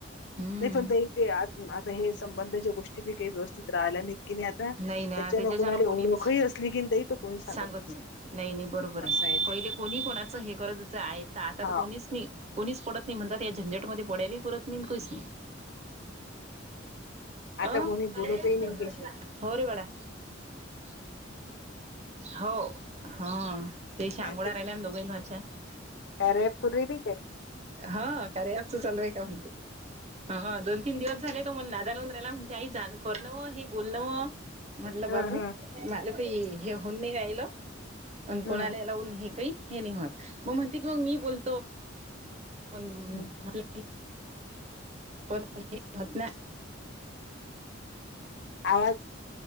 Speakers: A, on the right; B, on the left.
A: हम्म
B: नाही पण ताई ते आता हे संबंधाच्या गोष्टी बी काही व्यवस्थित राहिल्या नाहीत की नाही आता
A: नाही ना
B: त्याच्यान
A: त्याच्याच्यान
B: कोणाला
A: कोणीच,
B: ओळखही असली की नाही ताई तो कोणी
A: सांगत
B: नसते
A: नाही नाही नाही बरोबर आहे.
B: असं
A: पहिले
B: ते
A: कोणी कोणाचं हे करत होतं. आता तर
B: हा
A: कोणीच नाही. कोणीच पडत नाही म्हणतात या झंजटमध्ये पडयला प पुरत नाही कोणीच नाही.
B: आता
A: अं
B: कोणी बोलतही नाही त्याच्याशी.
A: होर बडा <unintelligible> हो हा ते
B: काय
A: अंघोळा
B: ते
A: राहिल्या दोघी माझ्या <unintelligible>
B: अरे पुरी र ते <unintelligible>
A: हा कार्याच चालूय का म्हणते ह दोन तीन दिवस झाले तो मण ना जालवून राहिला म्हणते आई जाण करणव हे बोलणं म्हटलं
B: हं,
A: बाबू
B: हं,
A: मला काही हे होऊन नाही राहिलं पण कोणाला
B: हं,
A: लावून हे काही हे नाही होत मग म्हणते की मग मी बोलतो पण म्हटलं
B: हं.
A: पणत कोण
B: आवाज